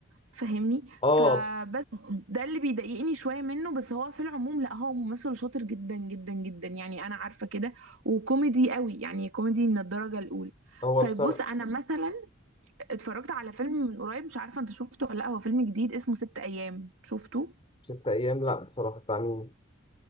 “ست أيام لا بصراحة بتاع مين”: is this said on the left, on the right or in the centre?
Left